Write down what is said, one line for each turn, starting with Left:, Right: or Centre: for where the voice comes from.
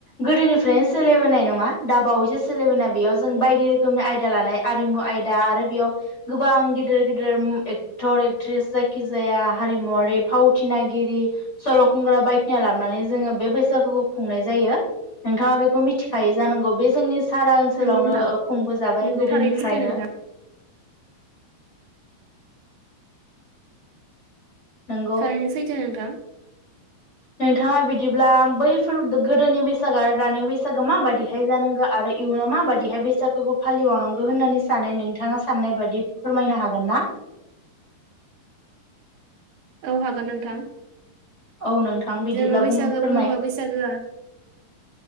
Left: गोदोनिफ्रायनो सोलिबोनाय नङा दा बावैसो सोलिबोनाय बेयाव जों बायदि रोखोमनि आयदा लानाय आरिमु आयदा आरो बेयाव गोबां गेदेर गिदिर एक्टर, एक्ट्रिस जायखिजाया हारिमुवरारि फावथिनागिरि सल' खुंग्रा बायदिना लाबोनानै जोङो बे बैसागुखौ खुंनाय जायो नोंथाङा बेखौ मिथिखायायो जानांगौ बे जोंनि सारा ओनसोलावनो
Right: नंगौ नोंथां
Left: ओ खुंबोजाबाय
Right: नंगौ
Left: गोदोनिफ्रायनो
Right: थारैनो सैथो नोंथां
Left: नोंगौ
Right: थारैनो सैथो नोंथां
Left: नोंथाङा बिद बिदिब्ला बैफोर गोदोनि बैसागो आरो दानि बैसागो माबादिहाय जानांगौ आरो इयुनाव माबादिहाय बैसागोखौ फालिबावनांगौ होननानै सानो नोंथाङा साननाय बादि फोरमायनो हागोन ना
Right: औ हागोन नोंथां
Left: औ नोंथां बिदिब्ला
Right: जोङो बैसागो
Left: बुं फोरमाय
Right: बुङोबा बैसागोआ